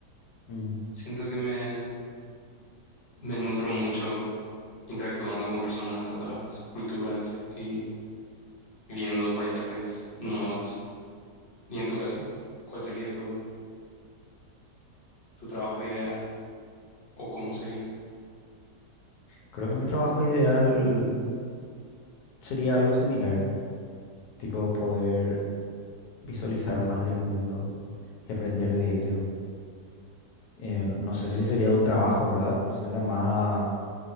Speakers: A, on the left; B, on the left.
A: mm,
B: Siento que me, me nutro mucho interactuando con personas de otras culturas y viendo paisajes nuevos. Y en tu caso, ¿cuál sería tu, tu trabajo ideal o cómo sería?
A: creo que mi trabajo ideal sería algo similar, tipo poder visualizar más del mundo y aprender de ello. Eh, no sé si sería un trabajo, ¿verdad? Suena más a,